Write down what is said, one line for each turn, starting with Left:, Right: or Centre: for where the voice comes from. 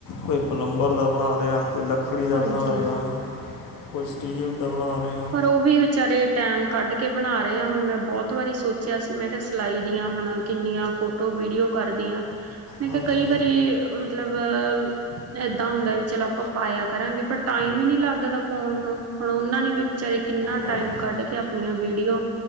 Left: ਕੋਈ ਪਲੰਬਰ ਦਾ ਬਣਾ ਰਿਆ, ਕੋਈ ਲੱਕੜੀ ਦਾ
Right: ਹਾਂਜੀ
Left: ਬਣਾ ਰਿਆ। ਕੋਈ ਸਟੀਲ ਦਾ ਬਣਾ ਰਿਆ।
Right: ਪਰ ਓ ਵੀ ਵਿਚਾਰੇ ਟੈਮ ਕੱਢ ਕੇ ਬਣਾ ਰਹੇ ਆ, ਹੁਣ ਮੈਂ ਬਹੁਤ ਵਾਰੀ ਸੋਚਿਆ ਸੀ ਮੈਂ ਕਿਹਾ ਸਿਲਾਈ ਦੀਆਂ ਹੁਣ ਕਿੰਨੀਆਂ ਫੋਟੋ, ਵੀਡੀਓ ਕਰਦੀਆਂ। ਮੈਂ
Left: ਹਾਂਜੀ
Right: ਕਿਹਾ ਕਈ ਵਾਰੀ ਮਤਲਬ ਅਹ ਏਦਾਂ ਹੁੰਦਾ ਵੀ ਚਲ ਆਪਾਂ ਪਾਇਆ ਕਰਾਂਗੇ ਪਰ ਟਾਈਮ ਹੀ ਨੀ ਲੱਗਦਾ ਪਾਉਣ ਨੂੰ। ਹੁਣ ਓਨਾਂ ਨੇ ਵੀ ਵਿਚਾਰੇ ਕਿੰਨਾ
Left: ਬਈ
Right: ਟਾਈਮ ਕੱਢ ਕੇ ਆਪਣੀਆਂ ਵੀਡੀਓ